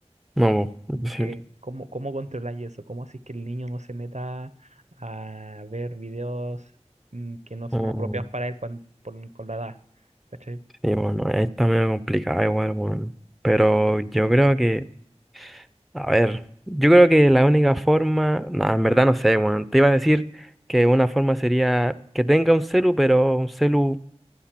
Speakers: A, in the centre; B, on the right.
A: No,
B: Eh,
A: bo,
B: Como
A: imposible.
B: que, ¿cómo, cómo controláis eso? ¿Cómo así que el niño no se meta a ver videos mm, que no son
A: mm,
B: apropiados para él cuando, por- con la edad? ¿Cachai?
A: Sí, bueno, está medio complicada igual, bueno. Pero yo creo que, a ver, yo creo que la única forma, no, en verdad no sé, bueno, te iba a decir que una forma sería que tenga un celu, pero un celu